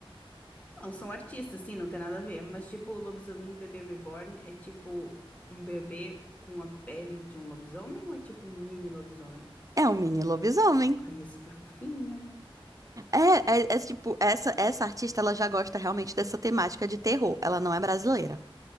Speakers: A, on the left (about 15°); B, on the right (about 35°).
A: Não, são artistas, sim, não tem nada a ver. Mas, tipo, o Lobisominho Bebê Reborn é tipo um bebê com a pele de um lobisomem ou é tipo um mini lobisomem?
B: É um mini lobisomem.
A: Ai, é super fofinho.
B: É, é, é tipo, essa, essa artista, ela já gosta realmente dessa temática de terror. Ela não é brasileira.